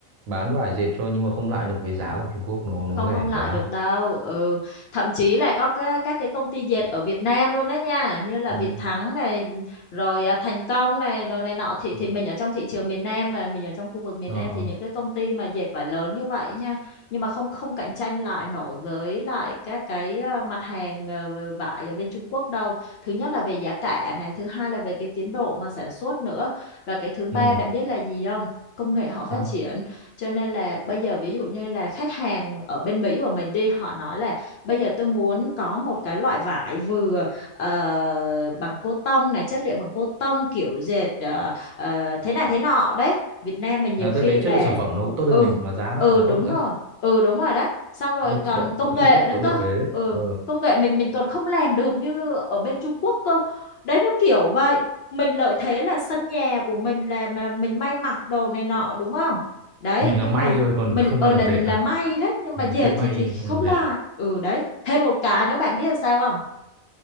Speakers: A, on the right; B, on the left.
A: bán vải dệt cho nhưng mà không lại được với giá của Trung Quốc nó nó
B: không
A: rẻ
B: không lại
A: quá
B: được đâu ừ. thậm chí là có các các cái công ty dệt ở Việt Nam luôn đấy nha như là
A: ừ.
B: Việt Thắng này rồi à, Thành Công này đồ này nọ thì
A: Ừ.
B: thì mình ở trong thị trường miền Nam mà mình ở trong khu vực miền
A: Ờ.
B: Nam thì những cái công ty mà dệt vải lớn như vậy nha nhưng mà không không cạnh tranh lại nổi với lại các cái à, mặt hàng à, vải ở bên Trung Quốc đâu thứ nhất là về giá cả này thứ hai là về cái tiến độ mà sản xuất nữa và cái thứ ba
A: Ừ,
B: bạn biết là gì không công nghệ họ
A: sao?
B: phát triển cho nên là bây giờ ví dụ như là khách hàng ở bên Mỹ của mình đi họ nói là bây giờ tôi muốn có một cái loại vải vừa ờ, bằng cô tông này chất liệu bằng cô tông kiểu dệt ờ, ờ, thế này thế nọ đấy Việt Nam mình nhiều
A: Là
B: khi
A: tức cái
B: là
A: chất lượng sản phẩm nó cũng tốt
B: ừ
A: hơn mình mà giá nó
B: ừ
A: lại còn
B: đúng
A: tốt nữa.
B: rồi ừ đúng rồi đấy xong rồi
A: Ờ,
B: còn
A: bọn
B: công
A: bọn
B: nghệ
A: Trung Quốc
B: nữa
A: được
B: cơ
A: được cái đấy.
B: ừ
A: Ờ.
B: công nghệ mình mình còn không làm được như ở bên Trung Quốc cơ đấy nó kiểu vậy mình lợi thế là sân nhà của mình là mà mình may mặc đồ này nọ đúng không đấy
A: Mình
B: nhưng
A: làm may
B: mà
A: thôi còn
B: mình
A: không
B: ờ
A: ăn
B: là
A: được dệt
B: mình
A: đâu.
B: làm may đấy nhưng
A: Mình
B: mà dệt
A: là chuyên
B: thì
A: may
B: thì
A: mình không
B: không
A: làm
B: lại
A: dệt.
B: ừ đấy thêm một cái nữa bạn biết là sao không